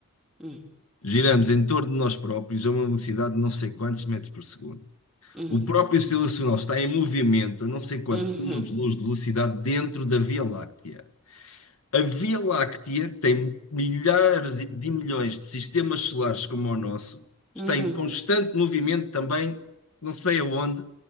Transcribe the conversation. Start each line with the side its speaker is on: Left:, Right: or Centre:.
Centre: Hum,
Left: Giramos em torno de nós próprios a uma velocidade de não sei quantos metros por segundo.
Centre: uhum,
Left: O próprio sistema solar está em movimento a não sei quantos
Centre: uhum,
Left: anos-luz de velocidade dentro da Via Láctea. A Via Láctea tem milhares de milhões de sistemas solares como o nosso, está
Centre: uhum.
Left: em constante movimento também, não sei aonde,